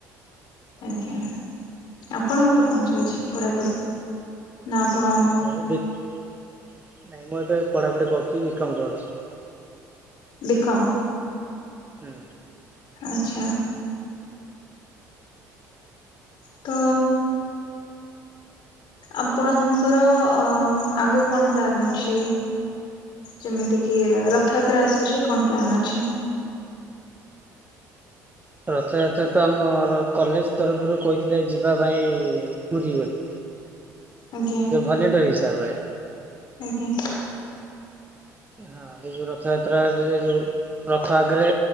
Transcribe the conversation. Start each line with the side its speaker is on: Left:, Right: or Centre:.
Left: ଆଜ୍ଞା ଆପଣଙ୍କର କଣ ଚାଲିଛି ପଢାପଢି। ନା ଆପଣ
Right: ମୁଁ ଏବେ ନାଇଁ ମୁଁ ଏବେ ପଢ଼ାପଢ଼ି କରୁଛି ବିକମ୍ କରୁଛି।
Left: ବିକମ୍।
Right: ହୁଁ।
Left: ଆଛା ତ ଆପଣଙ୍କର ଅ ଆଗକୁ କଣ ପ୍ଲାନ୍ ଅଛି? ଯେମିତି କି ରଥଯାତ୍ରା ଆସୁଛି କଣ ପ୍ଲାନ୍ ଅଛି।
Right: ରଥଯାତ୍ରା ରେ ତ ଆମ କଲେଜ ତରଫରୁ କହିଥିଲେ ଯିବା ପାଇଁ ପୁରୀ ବୋଲି।
Left: ଆଜ୍ଞା।
Right: ଭଲେଣ୍ଟର ହିସାବରେ।
Left: ଆଜ୍ଞା।
Right: ହଁ ସେ ଯୋଉ ରଥଯାତ୍ରାରେ ଯୋଉ ରଥ ଆଗରେ